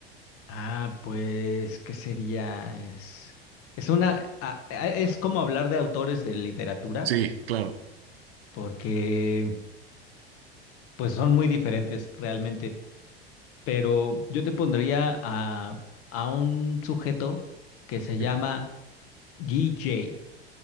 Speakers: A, on the left (about 45°); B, on the right (about 65°).
A: Ah, pues, ¿qué sería? Es... Es una, a- a- es como hablar de autores de literatura,
B: Sí, claro.
A: porque pues son muy diferentes realmente, pero yo te pondría a, a un sujeto que se llama
B: Sí,
A: Guy J.